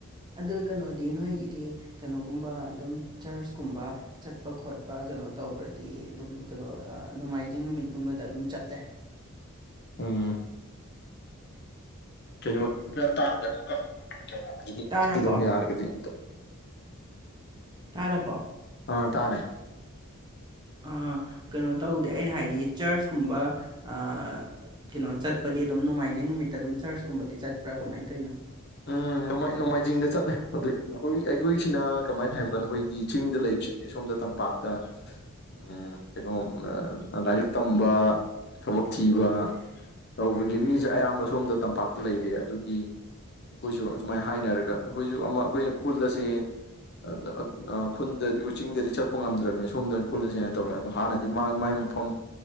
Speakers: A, on the right (about 20°); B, on the left (about 50°).
A: ꯑꯗꯨ ꯀꯥꯅꯣꯗꯤ ꯅꯣꯏꯒꯤꯗꯤ ꯀꯩꯅꯣꯒꯨꯝꯕ ꯑꯗꯨꯝ ꯆꯔꯆꯀꯨꯝꯕ ꯆꯠꯄ ꯈꯣꯠꯄ ꯀꯩꯅꯣ ꯇꯧꯕ꯭ꯔꯗꯤ ꯑꯗꯨꯝ ꯀꯩꯅꯣ ꯑ ꯅꯣꯡꯃꯥꯏꯖꯤꯡ ꯅꯨꯃꯤꯠꯀꯨꯝꯕꯗ ꯑꯗꯨꯝ ꯆꯠꯂꯦ꯫
B: ꯎꯝ꯫ ꯀꯩꯅꯣ ꯀꯩꯝ ꯇꯥꯗ꯭ꯔꯦ ꯖꯤꯛꯀꯤꯗꯣ
A: ꯇꯥꯔꯕꯣ
B: ꯖꯤꯛꯀꯤꯗꯣ ꯌꯥꯔꯒꯗꯤ ꯑꯝꯇ
A: ꯇꯥꯔꯕꯣ꯫
B: ꯑꯥ ꯇꯥꯔꯦ꯫
A: ꯑ ꯀꯩꯅꯣ ꯇꯧꯗꯦ ꯑꯩꯅ ꯍꯥꯏꯗꯤ ꯆꯔꯆꯀꯨꯝꯕ ꯑꯥ ꯀꯩꯅꯣ ꯆꯠꯄꯗꯤ ꯑꯗꯨꯝ ꯅꯣꯡꯃꯥꯏꯖꯤꯡ ꯅꯨꯃꯤꯠꯇ ꯑꯗꯨꯝ ꯆꯔꯆꯀꯨꯝꯕꯗꯤ ꯆꯠꯄ꯭ꯔꯥ ꯀꯃꯥꯏꯅ ꯇꯧꯔꯤꯅꯣ꯫
B: ꯎꯝ ꯅꯣꯡꯃꯥꯏ ꯅꯣꯡꯃꯥꯏꯖꯤꯡꯗ ꯆꯠꯂꯦ ꯑꯗꯨ ꯑꯩꯈꯣꯏ ꯑꯩꯈꯣꯏꯁꯤꯅ ꯀꯃꯥꯏꯅ ꯍꯥꯏꯕ ꯀꯥꯟꯗ ꯑꯩꯈꯣꯏꯒꯤ꯫ ꯆꯤꯡꯗ ꯂꯩꯕꯁꯤꯡꯁꯦ ꯁꯣꯝꯗ ꯇꯝꯄꯥꯛꯇ ꯑꯝ ꯀꯩꯅꯣ ꯂꯥꯏꯔꯤꯛ ꯇꯝꯕ ꯊꯕꯛ ꯊꯤꯕ꯫ ꯇꯧꯕꯒꯤ ꯃꯤꯖꯦ ꯑꯌꯥꯝꯕ ꯁꯣꯝꯗ ꯇꯝꯄꯥꯛꯇ ꯂꯩꯔꯦ ꯑꯗꯨꯒꯤ꯫ ꯑꯈꯣꯏꯁꯨ ꯑꯗꯨꯃꯥꯏꯟ ꯍꯥꯏꯅꯔꯒ ꯑꯩꯈꯣꯏꯁꯨ ꯑꯃ ꯑꯩꯈꯣꯏꯅ ꯄꯨꯜꯂꯁꯦ꯫ ꯑꯗ ꯑꯗ ꯑ ꯈꯨꯟꯗꯗꯤ ꯍꯣꯢ ꯆꯤꯡꯗꯗꯤ ꯆꯠꯄ ꯉꯝꯗ꯭ꯔꯕꯅꯤ ꯁꯣꯝꯗ ꯑꯣꯏꯅ ꯄꯨꯜꯂꯁꯦꯅ ꯇꯧꯔꯦ ꯑꯗꯣ ꯍꯥꯟꯅꯗꯤ ꯃꯥ ꯃꯥꯏ ꯐꯝ